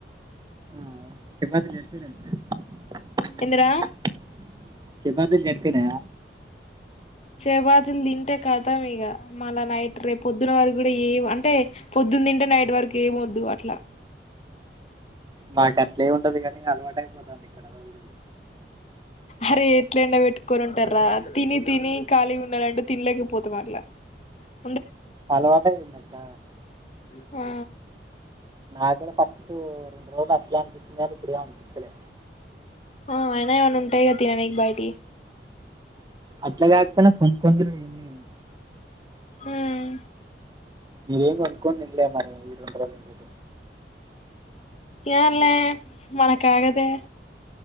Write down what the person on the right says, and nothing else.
ఆ చపాతీ చేయకపోయిన <unintelligible>
చపాతీలు సరిపోయినాయా
మాకు అట్లెం ఉండదు కానీ అలువాటు అయిపోతంది ఇక్కడ రోజు రోజు
అలువాటయింది అక్క
నాదగ్గర ఫస్ట్ట్ రెండు రోజలు అట్లే అనిపించింది ఇప్పుడు ఎం అనిపిస్తలే
అట్లా కాకపోనా కొనుక్కొని తినుడే ఎం లేదు
నేనేం కొనుక్కొని తింట్లే మరి ఈ రెండు రోజుల నుంచైతే